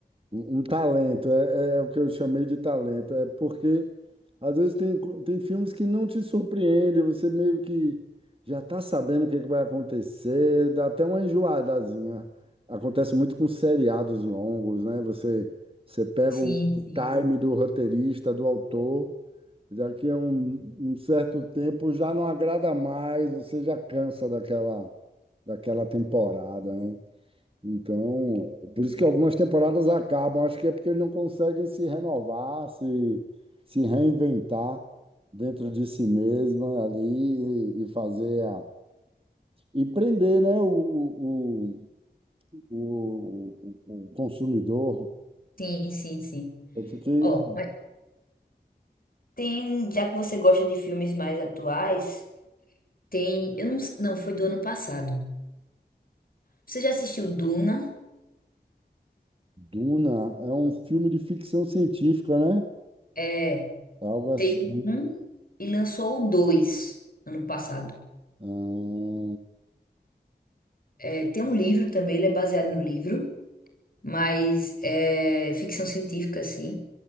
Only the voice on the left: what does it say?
Sim,
sim.
Sim, sim, sim.
Ó,
mas Tem, já que você gosta de filmes mais atuais, tem, eu não, s- não, foi do ano passado. Você já assistiu Duna?
É,
tem o um e lançou o dois ano passado.
É, tem um livro também, ele é baseado no livro, mas é ficção científica, assim.